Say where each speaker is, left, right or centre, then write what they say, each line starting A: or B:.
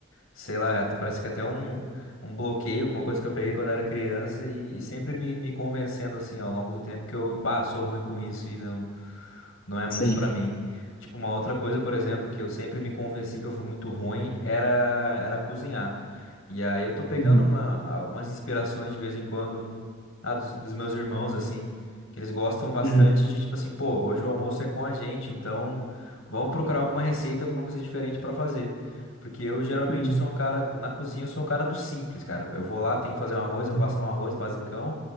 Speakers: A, on the left; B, on the left.
A: sei lá, at- parece que até um, um bloqueio, alguma coisa que eu peguei quando era criança e, e sempre me, me convencendo assim ao longo do tempo que eu, ah, sou ruim com isso e não não é muito
B: Sim.
A: pra mim. Tipo, uma outra coisa, por exemplo, que eu sempre me convenci que eu fui muito ruim era era cozinhar. E aí eu tô pegando
B: Uhum,
A: uma, algumas inspirações de vez em quando, ah, dos, dos meus irmãos, assim, que eles gostam bastante
B: uhum,
A: de, tipo assim, pô, hoje o almoço é com a gente, então vamos procurar alguma receita, alguma coisa diferente pra fazer. Porque eu geralmente
B: uhum,
A: sou um cara, na cozinha eu sou um cara do simples, cara. Eu vou lá, tenho que fazer um arroz, eu
B: uhum,
A: faço um arroz basicão,